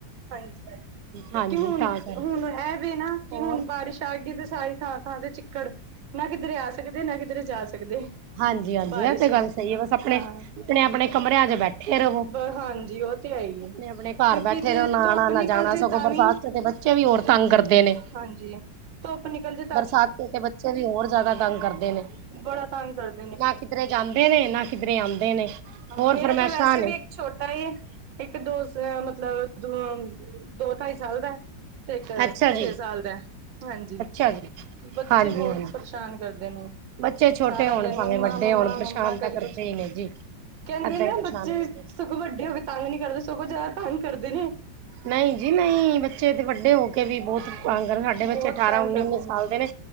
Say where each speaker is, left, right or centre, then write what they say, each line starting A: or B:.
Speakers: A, on the right; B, on the right.
A: ਹਾਂਜੀ, ਹਾਂਜੀ
B: ਹਾਂਜੀ
A: ਕਿਉਂਕਿ ਹੁਨ,
B: ਤਾਂ ਕਰਕੇ
A: ਹੁਨ ਐ, ਵੇ ਨਾ ਕੀ
B: ਹੋਰ
A: ਹੁਣ ਬਾਰਿਸ਼ ਆ ਗਈ, ਤੇ ਸਾਰੀ ਥਾਂ-ਥਾਂ ਤੇ ਚਿੱਕੜ ਨਾ ਕਿਧਰੇ ਆ ਸਕਦੇ, ਨਾ ਕਿਧਰੇ ਜਾ ਸਕਦੇ।
B: ਹਾਂਜੀ, ਹਾਂਜੀ
A: ਬਾਰਿਸ਼
B: ਐ ਤੇ
A: ਇਚ
B: ਗੱਲ ਸਹੀ ਹੈ ਬਸ ਆਪਣੇ,
A: ਹਾਂ
B: ਆਪਣੇ- ਆਪਣੇ ਕਮਰਿਆਂ'ਚ ਬੈ ਬੈਠੇ ਰਵੋ।
A: ਬ ਹਾਂਜੀ ਉਹ ਤੇ ਹੈ ਈ
B: ਆਪਣੇ,
A: ਏ।
B: ਆਪਣੇ ਘਰ
A: ਕਿਉਂਕਿ
B: ਬੈਠੇ
A: ਜੇ
B: ਰਹਿਵੋ ਨਾ
A: ਧੁੱਪ
B: ਆਉਣਾ
A: ਨਿਕਲ
B: ਨਾ ਜਾਣਾ
A: ਜੇ
B: ਸਗੋਂ
A: ਤਾਂ
B: ਬਰਸਾਤ
A: ਵੀ
B: ਚ ਬ ਬੱਚੇ ਵੀ ਹੋਰ ਤੰਗ ਕਰਦੇ ਨੇ।
A: ਹਾਂਜੀ ਧੁੱਪ ਨਿਕਲ ਜਾ
B: ਬਰਸਾਤੇ ਤੇ ਬੱਚੇ ਵੀ ਹੋਰ ਜ਼ਿਆਦਾ ਤੰਗ ਕਰਦੇ ਨੇ।
A: ਬੜਾ ਤੰਗ ਕਰਦਾ
B: ਨਾ ਕਿਧਰੇ ਜਾਂਦੇ ਨੇ, ਨਾ ਕਿਧਰੇ ਆਉਂਦੇ ਨੇ ਹੋਰ
A: ਮੇਰਾ
B: ਫਰਮਾਸ਼ਾਹ
A: ਤੇ ਵੈਸੇ
B: ਨੇ।
A: ਵੀ ਛੋਟਾ ਇੱਕ ਦੋ ਮਤਲਬ ਦ ਦੋ ਢਾਈ ਸਾਲ ਦਾ। ਤੇ ਇੱਕ
B: ਅੱਛਾ ਜੀ।
A: ਛੇ ਸਾਲ ਦਾ ਹਾਂਜੀ।
B: <unintelligible>
A: ਬੱਚੇ
B: ਹਾਂਜੀ
A: ਬਹੁਤ
B: ਹਾਂਜੀ
A: ਪਰੇਸ਼ਾਨ ਕਰਦੇ ਨੇ।
B: ਬੱਚੇ ਛੋਟੇ
A: ਸਾਰਾ
B: ਹੋਣ
A: ਦਿਨ
B: ਭਾਵੇਂ
A: ਮੰਮਾ,
B: ਵੱਡੇ
A: ਮੰਮਾ,
B: ਹੋਣ ਪਰੇਸ਼ਾਨ
A: ਮੰਮਾ
B: ਤਾਂ
A: ਕਦੀ
B: ਕਰਦੇ
A: ਕੁਛ
B: ਹੀ ਨੇ ਜੀ ਏਦਾਂ
A: ਕਹਿੰਦੇ ਨੇ
B: ਹੀ ਪਰੇਸ਼ਾਨ
A: ਬੱਚੇ
B: ਕਰਦੇ ਨੇ।
A: ਸਗੋਂ ਵੱਡੇ ਹੋਵੇ ਤੰਗ ਨੀ ਕਰਦੇ ਸਗੋਂ ਜ਼ਿਆਦਾ ਤੰਗ ਕਰਦੇ ਨੇ।
B: ਨਹੀਂ ਜੀ ਨਹੀਂ ਬੱਚੇ ਤੇ ਵੱਡੇ ਹੋ ਕੇ ਵੀ ਬਹੁਤ ਪਾਂਗ ਸਾਡੇ ਬੱਚੇ
A: ਬਹੁਤ
B: ਅਠਾਰਾਂ,
A: ਤੰਗ
B: ਉੱਨੀ,
A: ਕਰਦੇ
B: ਉੱਨੀ ਸਾਲ ਦੇ ਨੇ